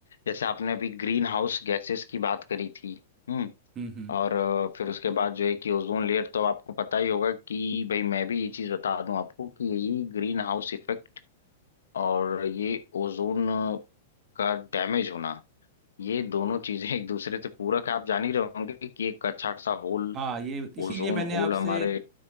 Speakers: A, on the left; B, on the right.
A: जैसे आपने अभी ग्रीन हाउस गैसेस की बात करी थी हम्म,
B: हम्म हम्म
A: और अ, फिर उसके बाद जो है कि ओजोन लेयर तो आपको पता ही होगा कि भाई मैं भी ये चीज बता दूं आपको कि यही ग्रीन हाउस इफेक्ट और ये ओजोन का डैमेज होना ये दोनों चीजें एक दूसरे से पूरक है आप जान ही रहे होंगे कि एक अच्छा खासा होल
B: हाँ ये इसीलिए
A: ओजोन
B: मैंने
A: होल
B: आपसे
A: हमारे